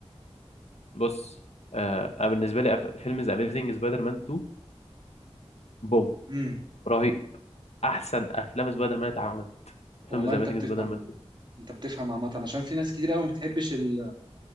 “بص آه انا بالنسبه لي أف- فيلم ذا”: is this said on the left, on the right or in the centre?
Left